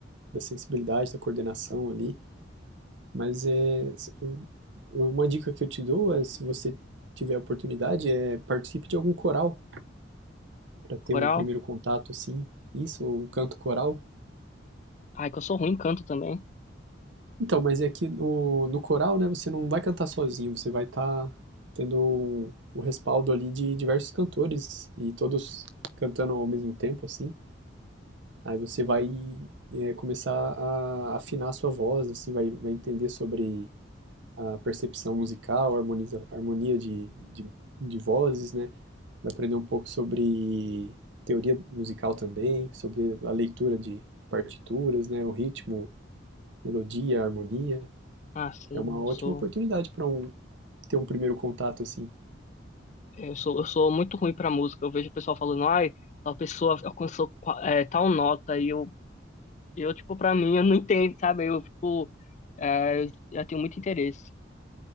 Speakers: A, on the right (about 75°); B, on the left (about 40°).
A: da sensibilidade, da coordenação ali, mas é, se- o- uma dica que eu te dou é, se você tiver a oportunidade, é participe de algum coral para ter
B: Coral?
A: um primeiro contato, assim, isso, ou um canto coral.
B: Ai, que eu sou ruim em canto também.
A: Então, mas é que no, no coral, né, você não vai cantar sozinho, você vai estar tendo o o respaldo ali de diversos cantores e todos cantando ao mesmo tempo, assim. Aí você vai eh, começar a afinar a sua voz, assim, vai, vai entender sobre a percepção musical, harmoniza, harmonia de, de, de vozes, né? Vai aprender um pouco sobre teoria musical também, sobre a leitura de partituras, né? O ritmo, melodia, harmonia.
B: Ah, sim,
A: É uma
B: eu
A: ótima
B: sou
A: oportunidade para um, ter um primeiro contato, assim.
B: É, Eu sou, eu sou muito ruim pra música. Eu vejo o pessoal falando, ai, tal pessoa alcançou qua- é, tal nota. E eu, eu, tipo, pra mim, eu não entendo, sabe? Eu fico. é, eu eu tenho muito interesse.